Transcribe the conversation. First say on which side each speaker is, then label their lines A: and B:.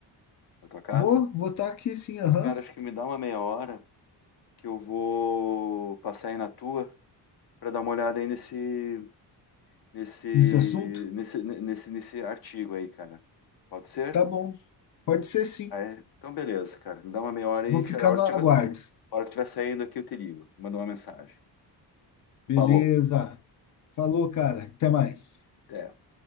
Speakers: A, on the left; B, on the left.
A: na tua casa?
B: Vou votar aqui sim, aham,
A: Cara, acho que me dá uma meia hora que eu vou passar aí na tua para dar uma olhada aí nesse nesse
B: nesse assunto.
A: nesse nesse nesse artigo aí, cara. Pode ser?
B: Tá bom, pode ser sim.
A: Ah, é? Então beleza, cara. Me dá uma meia hora aí,
B: Vou
A: cara.
B: ficar
A: A hora
B: no
A: que
B: aguardo.
A: tiver, a hora que tiver saindo aqui eu te ligo. Manda uma mensagem.
B: Beleza.
A: Falou.
B: Falou, cara. Até mais.
A: Até.